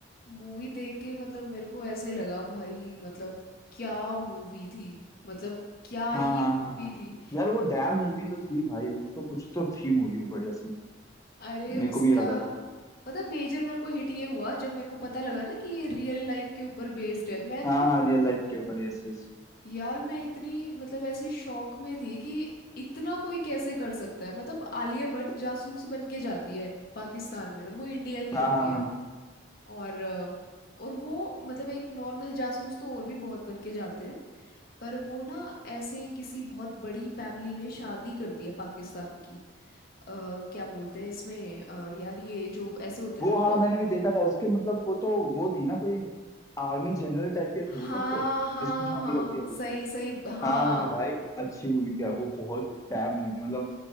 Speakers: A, on the left; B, on the left.
A: मूवी देख के मतलब मेरे को ऐसे लगा भाई मतलब क्या मूवी थी मतलब क्या ही
B: हाँ हाँ
A: मूवी
B: हाँ हाँ
A: थी
B: यार वो डैम मूवी तो थी भाई वो तो कुछ तो थी मूवी वो बढ़िया सी
A: अरे
B: मेरे
A: उसका
B: को भी याद आ रहा है।
A: पता मेजर मेरे को हिट ये हुआ जब मेरे को पता लगा ना कि ये रियल लाइफ के ऊपर बेस्ड है मैं
B: हाँ
A: तो
B: हाँ रियल लाइफ के ऊपर यस यस
A: यार मैं इतनी मतलब ऐसे शौक में थी कि इतना कोई कैसे कर सकता है मतलब आलिया भट्ट जासूस बन के जाती है पाकिस्तान में और वो इंडिया की
B: हाँ
A: होती
B: हाँ
A: है
B: हाँ
A: और अ, और वो मतलब एक नॉर्मल जासूस तो और भी बहुत बन के जाते हैं पर वो ना ऐसे किसी बहुत बड़ी फैमिली में शादी करती है पाकिस्तान की अ, क्या बोलते हैं इसमें अ, यार ये जो ऐसे होते हैं
B: वो
A: ना
B: हाँ
A: टॉप
B: मैंने भी देखा था उसके मतलब वो तो वो थी ना कोई आर्मी जनरल टाइप के थे वो
A: हाँ
B: लोग तो
A: हाँ
B: जिसको शादी
A: हाँ
B: करती है वो
A: सही सही हाँ
B: हाँ हाँ भाई अच्छी मूवी थी यार, वो बहुत टैब मूवी थी मतलब